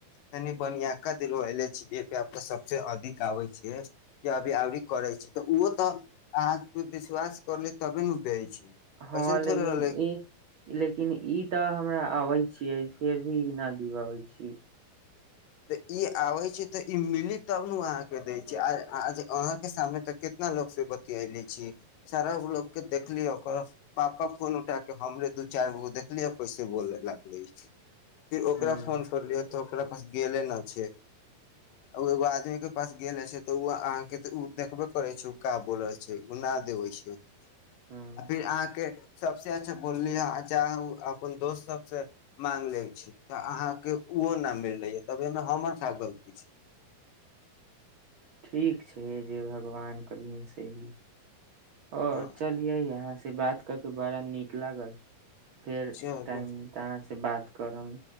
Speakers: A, on the left; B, on the right.
A: तनी बनियाक द एले छै सबस अधिक आबे छ जे अभी आरी करे छी त उ तऽ अह विश्वास करले तबे ने दे छै
B: हँ
A: ऐसन
B: लेकिन
A: थोड़े रहलै
B: ई लेकिन ई तऽ हमरा अबइ छिय फेर भी न पीवाबै छी
A: तऽ ई आबै छै तऽ ई मिली तब ने ओ अहाँके दै छै आ अहाँके सामने तऽ कितना लोको से बतियले छी सारा लोकके देखलिय ओकर पापा फोन उठ के हमरे दू चारि गो देखलियै पैसे बोले लागले फिर ओकरा
B: हूँ
A: फोन करलिय त ओकरा पास गेले नहि छै ओ एगो आदमीके पास गेले छै तऽ ओ अहाँके तऽ ओ देखबे करै छै ओ का बोलल छै ओ नहि देबै छै
B: हूँ
A: आ फिर अहाँके सबसे अच्छा बोलली है च अपन दोस्त सब से मांग ले छी तऽ अहाँ के ओहो नाम मिलले य तब एहिमे हमर क गलती छै
B: ठीक छै जे भगवान करियन सेही आओर
A: हँ
B: चलिये यहाँ से बात क के बड़ा नीक लागल फेर
A: चलू
B: टाइम मिलत अहाँ से बात करम